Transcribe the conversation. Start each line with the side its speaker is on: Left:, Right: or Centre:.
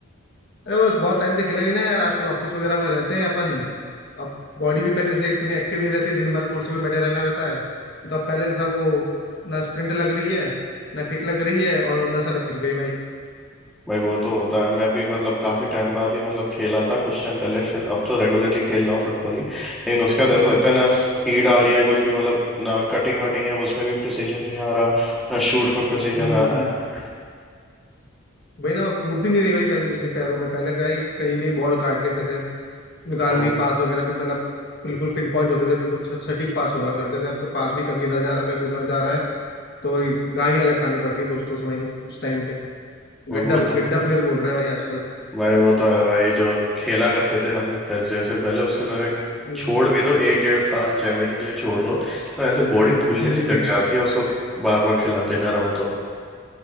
Left: अरे बस बहुत टाइम से खेला नहीं ना यार आजकल ऑफिस वगैरह में रहते हैं अपन अब बॉडी भी पहले से इतनी एक्टिव नहीं रहती दिन भर कुर्सी पे बैठे रहना रहता है तो अब पहले जैसा वो ना स्प्रिंट लग रही है ना किक लग रही है और नसा लग खिंच गई भाई
Centre: भाई वो तो होता है मैं भी मतलब काफ़ी टाइम बाद ही मतलब खेला था कुछ टाइम पहले फिर अब तो रेगुलरली खेल रहा हूँ फुटबॉल ही लेकिन उसके बाद ऐसा
Left: हम्म
Centre: लगता है ना स्पीड आ रही है कुछ भी मतलब ना कटिंग वटिंग है उसमें भी प्रिसीजन नहीं आ रहा ना शूट में प्रिसीजन
Left: हम्म
Centre: आ रहा है
Left: वही ना फुर्ती नहीं रही भाई पहले जैसे पैरों में पहले कहीं कहीं भी बॉल काट लेते थे निकाल
Centre: हाँ
Left: दी पास वगैरह भी मतलब बिल्कुल पिन पॉइंट होते थे बिल्कुल स- सटीक पास हुआ करते थे अब तो पास भी कभी इधर जा रहा है कभी उधर जा रहा है तो गालियां अलग खानी पड़ती है दोस्तों से वहीं उस टाइम पे
Centre: वो
Left: गड्ढा
Centre: वो तो
Left: गड्ढा प्लेयर बोल रहे हैं भाई आजकल
Centre: भाई वो तो है भाई जो खेला करते थे हम फिर जैसे पहले उससे ना
Left: हम्म
Centre: छोड़ भी दो एक डेढ़ साल छह महीने के लिए छोड़ दो तो ऐसे बॉडी भूलने
Left: हम्म,
Centre: सी लग जाती है उसको बार बार खिलाते ना रहो तो